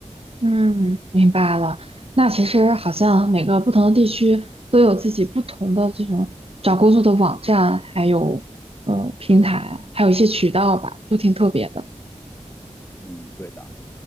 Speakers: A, on the right (about 50°); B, on the left (about 20°).
A: 嗯，明白了。那其实好像每个不同的地区都有自己不同的这种找工作的网站，还有呃平台，还有一些渠道吧，都挺特别的。
B: 嗯，对的